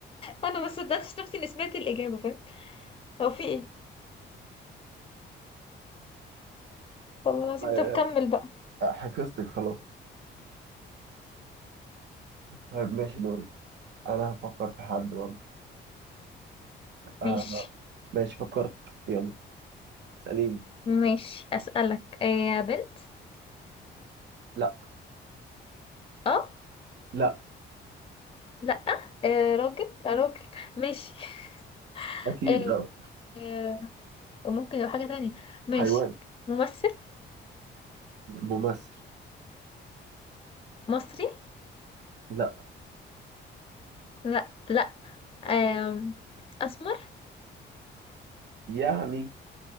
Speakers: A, on the left (about 25°); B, on the right (about 65°).
A: انا ما صدقتش نفسي اني سمعت الإجابة فاهم هو في ايه والله العظيم
B: آه،
A: طب كمل بقى
B: حفظتك خلاص طيب ماشي دوري انا هفكر في حد برضه آه
A: ماشي
B: ماشي فكرت يلا اسأليني
A: ماشي أسألك آه، يا بنت
B: لا
A: اه
B: لا
A: لا آه راجل آه راجل ماشي <laughs>
B: اكيد
A: آه،
B: لا
A: آه، ممكن يبقى حاجة تانية ماشي
B: حيوان
A: ممثل
B: ممثل
A: مصري
B: لا
A: لا لا آم، أسمر
B: يعني